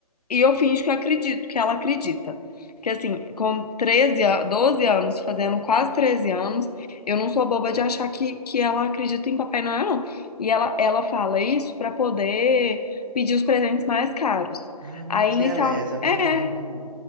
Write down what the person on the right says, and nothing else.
Ah, minha
tia
Elesa, vamos,
vamos